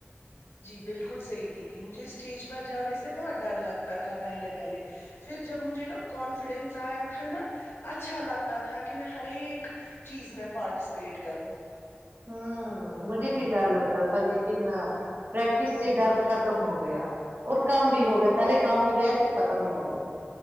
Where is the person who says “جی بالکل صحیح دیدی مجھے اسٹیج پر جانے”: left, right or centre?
Left